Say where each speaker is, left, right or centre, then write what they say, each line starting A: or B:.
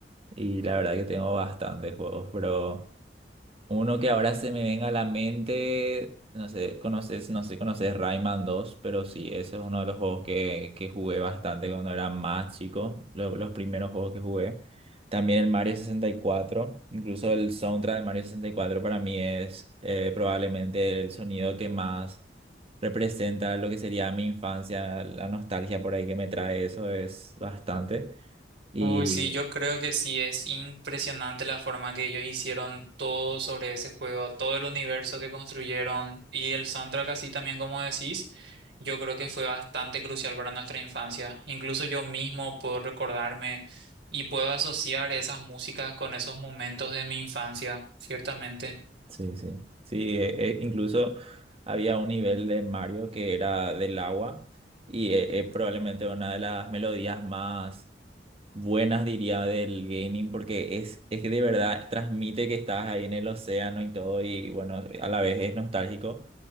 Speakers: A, on the right; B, on the right.
A: Y la verdad que tengo bastantes juegos, pero... Uno que ahora se me venga a la mente, no sé, conoces, no sé, si conoces Rayman dos pero sí, ese es uno de los juegos que, que jugué bastante cuando era más chico, lo- los primeros juegos que jugué. También el Mario sesenta y cuatro incluso el soundtrack de Mario sesenta y cuatro para mí es eh, probablemente el sonido que más representa lo que sería mi infancia, la nostalgia por ahí que me trae eso es bastante. y
B: Uy, sí, yo creo que sí, es impresionante la forma que ellos hicieron todo sobre ese juego, todo el universo que construyeron y el soundtrack así también como decís, yo creo que fue bastante crucial para nuestra infancia. Incluso yo mismo puedo recordarme y puedo asociar esas músicas con esos momentos de mi infancia, ciertamente.
A: Sí, sí. Sí, e- e incluso había un nivel de Mario que era del agua y e- es probablemente una de las melodías más buenas, diría, del gaming porque es, es que de verdad transmite que estás ahí en el océano y todo y bueno, a la vez es nostálgico.